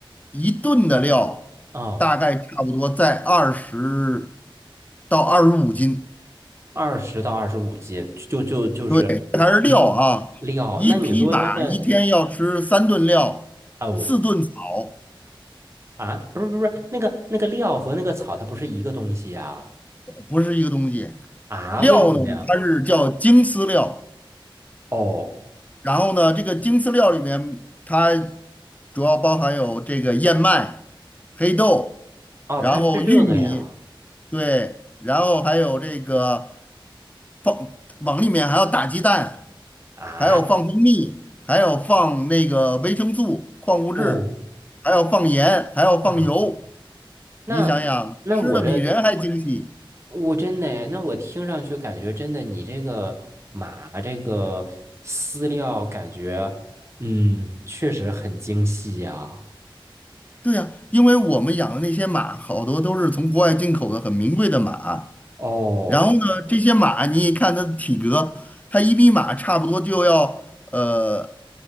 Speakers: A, on the left; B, on the right.
A: 一顿的料大概差不多在二十
B: 啊，
A: 到二十五斤，
B: 二十到二十五斤，就就就是你
A: 对，这还是料啊。
B: 料。
A: 一匹马一天要吃三顿料，
B: 那你说它的哦
A: 四顿草，
B: 啊，不是不是不是那个那个料和那个草，它不是一个东西呀？
A: 不是一个东西。
B: 啊，
A: 料呢，
B: 为什么呀？
A: 它是叫精饲料。
B: 哦
A: 然后呢，这个精饲料里面它主要包含有这个燕麦、黑豆，
B: 哦，
A: 然后玉米，
B: 它吃这个呀？
A: 对，然后还有这个放往里面还要打鸡蛋，
B: 啊
A: 还要放蜂蜜，还要放那个维生素、矿物质，
B: 哦。
A: 还要放盐，还要放油。
B: 啊那
A: 你想想，
B: 那我这
A: 吃的比人还精细。
B: 我真的诶，那我听上去感觉真的，你这个马这个饲料感觉，嗯，确实很精细呀。
A: 对呀，因为我们养的那些马，好多都是从国外进口的很名贵的马。
B: 哦，
A: 然后呢，这些马你一看它的体格，它一匹马差不多就要呃